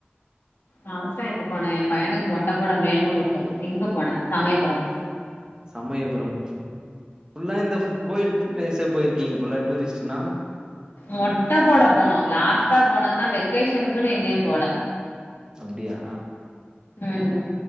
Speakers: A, on the left; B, on the right.
A: லாஸ்ட் ஆ எங்க போன என் பையனுக்கு மொட்ட போட மேல்மருவத்தூர் இங்க போன கூட மேல்மருவத்து இரு இங்க போனே சமயபுரம்
B: சமயபுரம் ஃபுல்லா இந்த புக் கோயில் பிளேஸ்யே போயிருக்கீங்க போல டூரிஸ்ட்டுன்னா
A: மொட்ட போட போனோ லாஸ்டா போனதுன்னா வெக்கேஷனுக்குன்னு எங்கேயு போல
B: அப்டியா
A: ம்